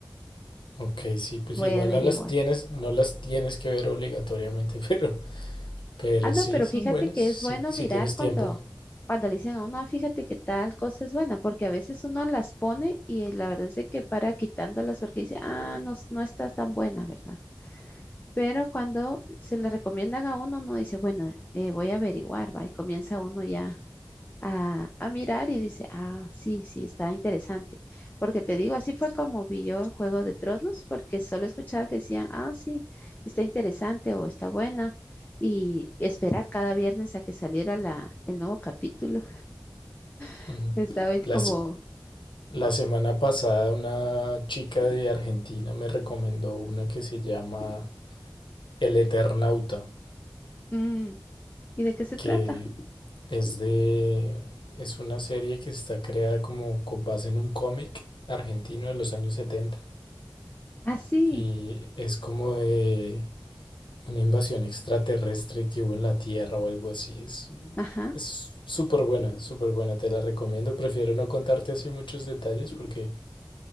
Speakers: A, on the left (about 80°); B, on the left (about 20°).
A: Ok, sí, pues
B: Voy
A: igual
B: a averiguar.
A: no las tienes, no las tienes que ver obligatoriamente, <laughs> pero, pero
B: Ah, no,
A: sí
B: pero
A: son
B: fíjate
A: buenas,
B: que
A: si,
B: es bueno
A: si
B: mirar
A: tienes
B: cuando,
A: tiempo.
B: cuando le dicen a uno, "Ah, fíjate que tal cosa es buena, porque a veces uno las pone y la verdad es de que para quitándolas porque dice, ah, no, s- no está tan buena, ¿verdad? Pero cuando se le recomiendan a uno, uno dice, bueno, eh, voy a averiguar, va, y comienza uno ya a, a mirar y dice, ah, sí, sí, está interesante. Porque te digo, así fue como vi yo el Juego de Tronos, porque solo escuchaba que decían, ah, sí, está interesante o está buena. Y esperar cada viernes a que saliera la, el nuevo capítulo. <laughs>
A: Ujú.
B: Estaba ahí como,
A: Las, la semana pasada una chica de Argentina me recomendó una que se llama El Eternauta,
B: "Mm, ¿y de qué se
A: que
B: trata?
A: Es de, es una serie que está creada como con base en un cómic argentino de los años 70
B: Ah, sí,
A: y es como de una invasión extraterrestre que hubo en la Tierra o algo así. Es,
B: ajá,
A: es súper buena, súper buena, te la recomiendo. Prefiero no contarte así muchos detalles porque